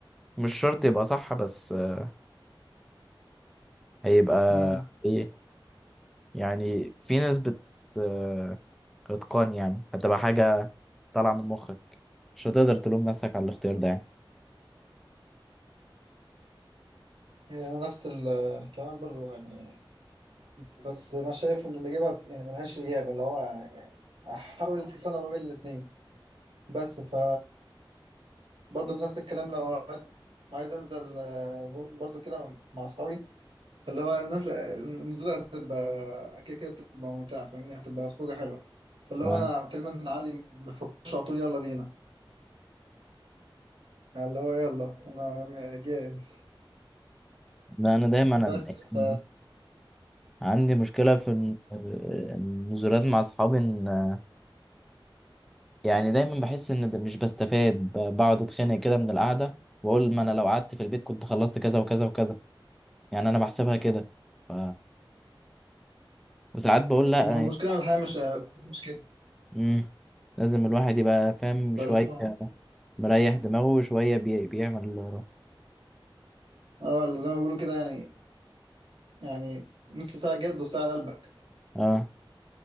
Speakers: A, in the centre; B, on the right (about 75°).
A: مش شرط يبقى صح بس آه، هيبقى
B: أمم.
A: ايه يعني في ناس بت آه، اتقان يعني هتبقى حاجة طالعة من مخك مش هتقدر تلوم نفسك على الاختيار ده يعني
B: هي أنا نفس ال- الكلام برضو يعني بس انا شايف ان الاجابة يعني ملهاش اجابة اللي هو يعني احاول تصنع ما بين الاتنين بس ف برضه بنفس الكلام لو عايز انزل آه، برضه كده مع اصحابي اللي هو الناس النزولة هتبقى كده كده بتبقى ممتعة فاهمني هتبقى خروجة حلوة فاللي
A: اه
B: هو أنا تقريبا علي ما بفكرش على طول يلا بينا اللي هو يلا أنا جاهز
A: لا انا دايما
B: بس
A: أنا-
B: ف
A: يعني عندي مشكلة في الن- النزولات مع اصحابي ان آه، يعني دايما بحس ان ده مش بستفاد ب- بقعد اتخانق كده من القعدة واقول ما انا لو قعدت في البيت كنت خلصت كذا وكذا وكذا يعني انا بحسبها كده ف... وساعات بقول لا
B: ما هو المشكلة
A: يعني
B: إن الحياة مش مش كده
A: مم. لازم الواحد يبقى فاهم
B: فاللي
A: شوية
B: هو
A: مريح دماغه وشوية بي... بيعمل اللي وراه
B: اه اللي زي ما بيقولوا كده يعني يعني نص ساعة جد وساعة لقلبك
A: اه